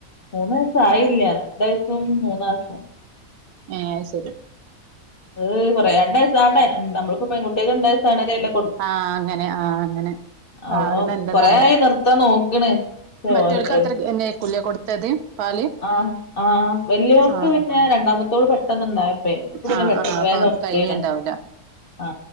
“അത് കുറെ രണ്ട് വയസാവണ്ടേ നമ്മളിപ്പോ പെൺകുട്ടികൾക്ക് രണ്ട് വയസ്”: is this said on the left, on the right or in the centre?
Left